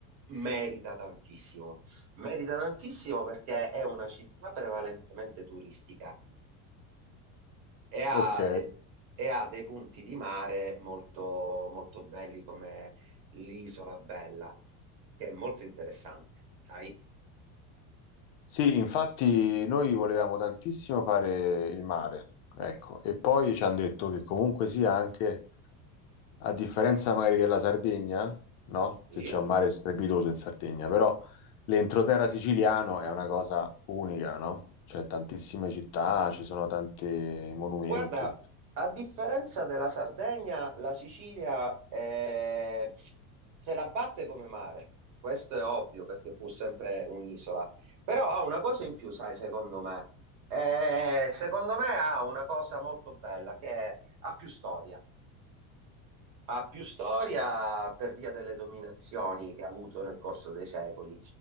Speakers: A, on the right; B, on the left.
A: merita tantissimo. Merita tantissimo perché è una città prevalentemente turistica e ha,
B: Ok.
A: de- e ha dei punti di mare molto, molto belli come l'Isola Bella, che è molto interessante, sai?
B: Sì, infatti noi volevamo tantissimo fare il mare, ecco, e poi ci hanno detto che comunque sia anche A differenza magari della Sardegna, no?
A: Sì.
B: Che c'è un mare strepitoso in Sardegna, però l'entroterra siciliano è una cosa unica, no? C'è tantissime città, ci sono tanti monumenti.
A: Guarda, a differenza della Sardegna, la Sicilia eh, se la batte come mare. Questo è ovvio perché è pur sempre un'isola. Però ha una cosa in più, sai, secondo me. Eh, secondo me ha una cosa molto bella che è- ha più storia. Ha più storia per via delle dominazioni che ha avuto nel corso dei secoli.